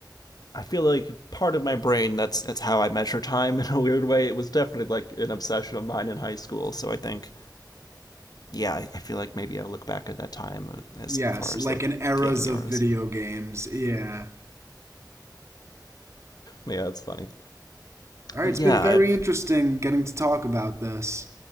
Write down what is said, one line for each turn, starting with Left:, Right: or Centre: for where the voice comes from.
Left: I feel like part of my brain that's that's how I measure time in a weird way. It was definitely like an obsession of mine in high school. So I think, yeah, I, I feel like maybe I look back at that time as
Right: Yes,
Left: far as
Right: like
Left: like
Right: in eras
Left: gaming
Right: of
Left: eras.
Right: video games. Yeah.
Left: Yeah, that's funny.
Right: All right,
Left: But
Right: it's
Left: yeah,
Right: been very
Left: I've
Right: interesting getting to talk about this,